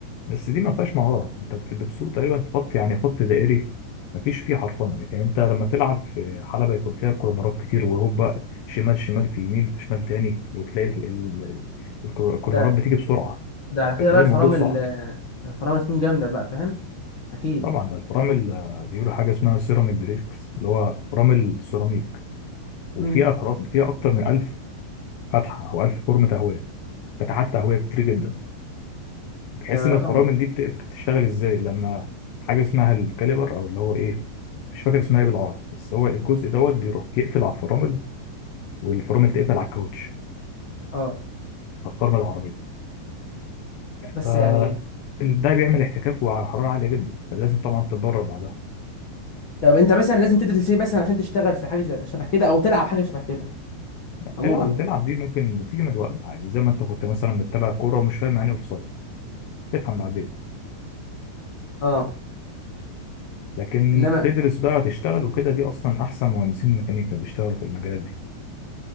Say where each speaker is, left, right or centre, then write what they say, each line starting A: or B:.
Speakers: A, on the left; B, on the left.
A: بس دي ما فيهاش مهاره انت بت- بتسوق تقريبا في خط يعني خط دائري ما فيش فيه حرفنه لكن انت لما تلعب في حلبه يكون فيها كورنرات كتير وهوبا شمال شمال في يمين في شمال تاني وتلاقي ال- ال- ال- الكورنرات
B: ده
A: بتيجي بسرعه
B: ده على كده
A: فتلاقي
B: بقى الفرامل
A: الموضوع صعب
B: آه، الفرامل هتكون جامدة بقى فاهم أكيد
A: طبعا ده الفرامل اللي بيقولوا حاجه اسمها سيراميك بريكس اللي هو فرامل سيراميك وفيها
B: مم.
A: اخراج فيها اكتر من 1000 فتحه او 1000 فرمه تهويه فتحات تهويه كتير جدا بحيث
B: ده
A: ان
B: رقم
A: الفرامل دي بت- بتشتغل ازاي لما حاجه اسمها الكاليبر او اللي هو ايه مش فاكر اسمها ايه بالعربي بس هو الجزء دوت بيروح يقفل على الفرامل والفرامل تقفل على الكاوتش
B: اه
A: على الفرامل العربيه
B: لا بس
A: ف
B: يعني
A: ده بيعمل احتكاك وعلى حراره عاليه جدا فلازم طبعا تتدرب بعدها
B: طب انت مثلا لازم تدرس سي مثلا عشان تشتغل في حاجه زي- شبه كده او تلعب حاجه شبه كده عموما
A: تلعب
B: يعني
A: تلعب دي ممكن تيجي من الوقت عادي زي ما انت كنت مثلا بتتابع كوره ومش فاهم يعني اوف سايد تفهم بعدين
B: اه
A: لكن
B: انما
A: تدرس بقى تشتغل وكده دي اصلا احسن مهندسين ميكانيكا بيشتغلوا في المجالات دي